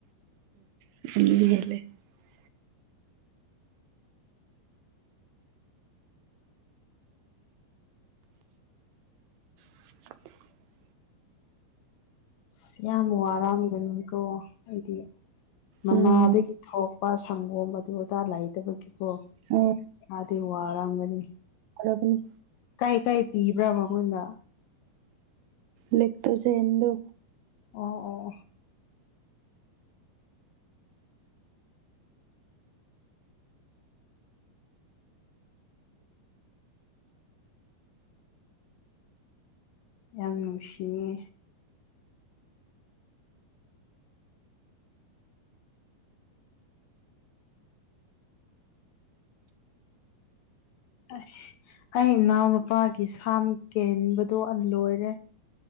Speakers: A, on the right; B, on the left.
A: <unintelligible> <inaudible>
B: ꯑꯁ ꯌꯥꯝ ꯋꯥꯔꯝꯕꯅꯤꯀꯣ ꯑꯩꯗꯤ ꯃꯃꯥꯗꯒꯤ
A: ꯎꯝ
B: ꯊꯣꯛꯄ ꯁꯪꯒꯣꯝ ꯑꯗꯨ ꯑꯗꯥ ꯂꯩꯇꯕꯒꯤꯀꯣ
A: ꯑꯣ
B: ꯑꯗꯤ ꯋꯔꯝꯒꯅꯤ
A: ꯐꯔꯕꯅꯦ
B: ꯀꯥꯏ ꯀꯥꯏ ꯄꯤꯕ꯭ꯔꯥ ꯃꯉꯣꯟꯗꯥ
A: ꯂꯛꯇꯣꯖꯦꯟ ꯗꯣ
B: ꯑꯣ ꯑꯣ ꯑꯣ꯫ ꯌꯥꯝ ꯅꯨꯡꯁꯤꯌꯦ ꯑꯁ ꯑꯩ ꯏꯅꯥꯎ ꯅꯨꯄꯥꯒꯤ ꯁꯥꯝ ꯀꯦꯟꯕꯗꯣ ꯂꯣꯏꯔꯦ